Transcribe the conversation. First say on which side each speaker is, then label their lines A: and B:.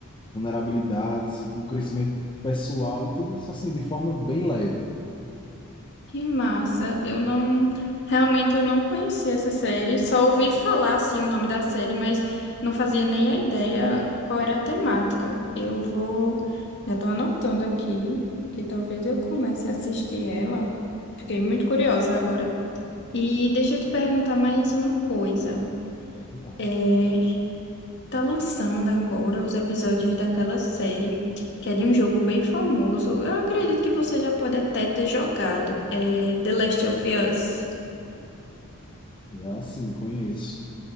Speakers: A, on the left; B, on the left.
A: vulnerabilidades, o o crescimento pessoal e tudo isso, assim, de forma bem leve.
B: Que massa. Eu não. Realmente eu não conhecia essa série. Só ouvi falar assim o nome da série, mas não fazia nem a ideia qual era a temática. Eu vou. Já tô anotando aqui, que talvez eu comece a assistir ela. Fiquei muito curiosa agora. E deixa eu te perguntar mais uma coisa.
A: Vai ficar.
B: É, Tá lançando agora os episódios daquela série, que é de um jogo bem famoso. Eu acredito que você já pode até ter jogado, é The Last of Us.
A: Já, assim, conheço.